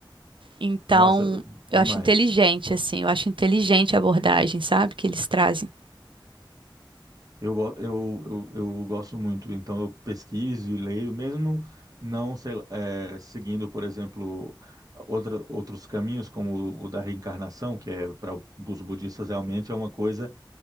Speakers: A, on the right (about 75°); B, on the right (about 45°).
A: Então,
B: Nossa,
A: eu
B: demais.
A: acho inteligente, assim, eu acho inteligente a abordagem, sabe, que eles trazem.
B: Eu, go- eu, eu, eu gosto muito, então eu pesquiso e leio, mesmo não sei lá, é, seguindo, por exemplo, outra, outros caminhos, como o, o da reencarnação, que é para os budistas realmente é uma coisa